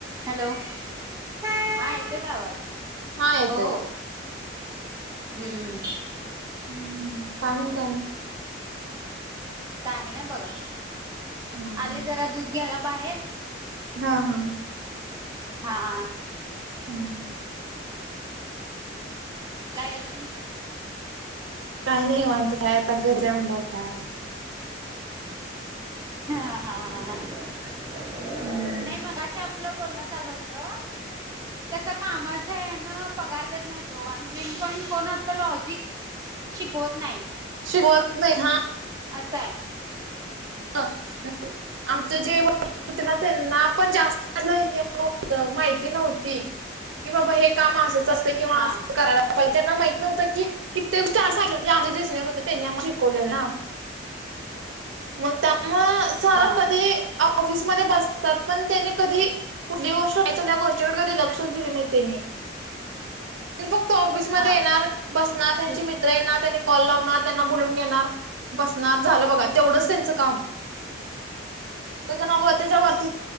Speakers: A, on the right; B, on the right.
A: Hello हा येतोय का आवाज?
B: हा येतो
A: हो
B: येतोय
A: हो. हम्म.
B: हम्म काय म्हणताय आणि?
A: काही ना बघा,
B: हम्म
A: आले जरा दूध घ्यायला बाहेर.
B: हा, हा.
A: हा.
B: हम्.
A: काय आजुन?
B: काही नाही निवांतच हाय, आता घरीच हाय म्हणाल्यावर काय आता?
A: हा, हा, हा.
B: हम्म.
A: नाही मगाशी आपलं बोलणं चालू होतं. कस कामाच्या हेन पगार देत नाही ओ. आणि मेन पॉईंट कोण आपलं लॉजिक शिकवत नाही.
B: शिकवत नाही हा‌.
A: अस हाय.
B: आमच जे ना त्यांना पण जास्त हे <unintelligible> माहिती नव्हती, की बाबा हे काम असंच असतय किंवा
A: हा
B: असं करायला पहिले त्यांना माहित नव्हतं की कित्येक, <unintelligible> जे सिनियर होते त्यांनी आम्हाला शिकवले ना. मग त्यामुळ सर
A: हा
B: कधी ऑफिसमध्ये बसतात. पण त्याने कधी कुठली गोष्ट या गोष्टीकडे कधी लक्षच दिले नाही त्यांनी. फक्त ऑफिसमध्येयेणार
A: हा
B: बसणार त्यांची
A: दूध
B: मि टिग ला येणार, त्यांनी कॉल लावणार त्यांना बोलून घेणार बसणार. झालं बघा तेवढंच त्यांच काम, त्याच नाव त्याच्यावरती